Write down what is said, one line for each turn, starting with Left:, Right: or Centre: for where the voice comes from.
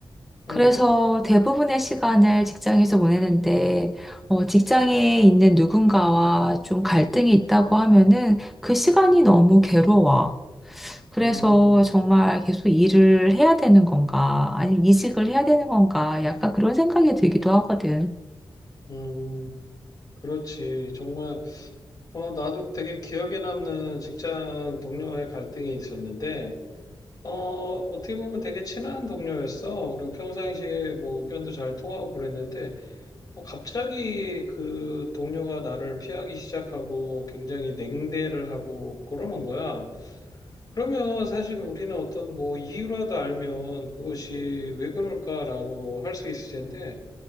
Left: 음,
Centre: 그래서 대부분의 시간을 직장에서 보내는데, 어, 직장에 있는 누군가와 좀 갈등이 있다고 하면은 그 시간이 너무 괴로워. 그래서
Left: 음,
Centre: 정말 계속 일을 해야 되는 건가, 아니면 이직을 해야 되는 건가, 약간 그런 생각이 들기도 하거든.
Left: 음, 그렇지. 정말, 어, 나도 되게 기억에 남는 직장 동료와의 갈등이 있었는데, 어, 어떻게 보면 되게 친한 동료였어. 그리고 평상시에 뭐 의견도 잘 통하고 그랬는데, 어, 갑자기 그 동료가 나를 피하기 시작하고 굉장히 냉대를 하고 그러는 거야. 그러면 사실 우리는 어떤 뭐 이유라도 알면 그것이 왜 그럴까라고 할 수 있을 텐데,